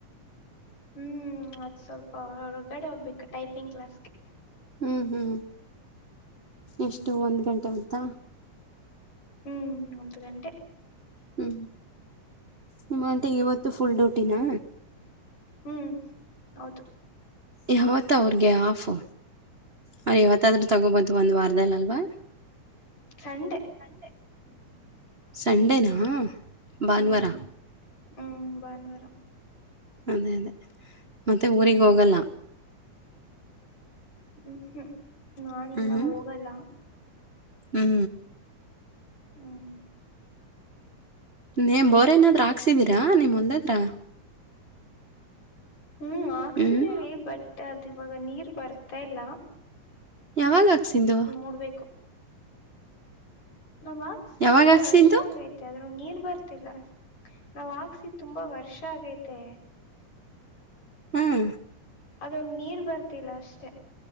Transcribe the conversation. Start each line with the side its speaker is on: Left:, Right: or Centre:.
Left: ಹ್ಮ್ ಅದು್ ಸ್ವಲ್ಪ ಹೊರ್ಗಡೆ ಹೋಗ್ಬೇಕು ಟೈಪಿಂಗ್ ಕ್ಲಾಸ್ಗೆ
Right: ಹ್ಞೂ ಹ್ಞೂ
Left: ಹ್ಮ್
Right: ಎಷ್ಟು ಒಂದು ಗಂಟೆ ಬುತ್ತಾ
Left: ಹ್ಮ್ ಒಂತರಟೆ
Right: ಹ್ಞೂ ನಿಮ್ಮ ಅಂಟೆ ಇವತ್ತು ಫುಲ್ ಡ್ಯೂಟಿನಾ
Left: ಹ್ಮ್ ಹೌದು
Right: ಯಾವತ್ತ ಅವ್ರಿಗೆ ಆಫು ಅವ್ರ ಯಾವತ್ತಾದ್ರೂ ತಗೋಬಹದು ಒಂದು ವಾರದದಲ್ಲಿ ಅಲ್ವಾ
Left: ಖಂಡೆ
Right: ಹಞ ಸಂಡೇನಾ ಭಾನುವಾರ
Left: ಹ್ಮ್ ಹ್ಮ್ ಬವರ
Right: ಅದೇ ಅದೇ ಮತ್ತೆ ಊರಿಗೆ
Left: ಹ್ಮ್
Right: ಹೋಗಲ್ಲ
Left: ಹ್ಮ್ ಹ್ಮ್ ನಾನ ಇನ್ನ
Right: ಹ್ಮ್.
Left: ಹೋಗಲ್ಲ
Right: ಹ್ಮ್
Left: ಹ್ಮ್
Right: ನೀ್ ಬೋರ್ ಏನಾದ್ ಹಾಕ್ಸಿದೀರಾ ನಿಮ್ಮಲ್ದದ್ರ
Left: ಹ್ಮ್ ಹಾಕ್ಸಿದೀವಿ
Right: ಹ್ಮ್.
Left: ಬಟ್ ಅದು ಇವಾಗ ನೀರ್ ಬರ್ತಾ ಇಲ್ಲ.
Right: ಯಾವಾಗಕ್ಸಂದು
Left: ನೋಡ್ಬೇಕು ನಾವ್ ಹಾಕ್ಸ
Right: ಯಾವಾಗ
Left: ತುಂಬಾ
Right: ಹಾಕ್ಸಿದ್ದು?
Left: ವರ್ಷ ಆಗೈತಿ ಆದದ್ರೂ ನೀರ್ ಬರ್ತಿಲ್ಲ ನಾವ್ ಹಾಕ್ಸಿ ತುಂಬಾ ವರ್ಷ ಷ್ಟ ಆಗೈತೆ
Right: ಹ್ಮ್
Left: ಅದೊಂದು ನೀರ್ ಬರ್ತಿಲ್ಲ ಅಷ್ಟೇ